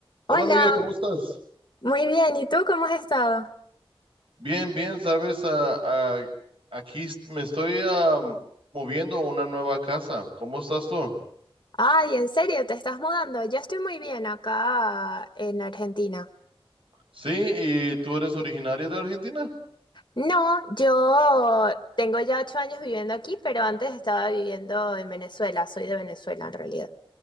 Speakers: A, on the right; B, on the left.
A: Hola
B: Hola,
A: amiga, ¿cómo estás?
B: muy bien. ¿Y tú cómo has estado?
A: Bien, bien, sabes, Ah, ah, aquí est- me estoy am, moviendo a una nueva casa. ¿Cómo estás tú?
B: Ay, ¿en serio te estás mudando? Yo estoy muy bien acá en Argentina.
A: Sí, ¿y tú eres originaria de Argentina?
B: No, yo tengo ya ocho años viviendo aquí, pero antes estaba viviendo en Venezuela. Soy de Venezuela en realidad.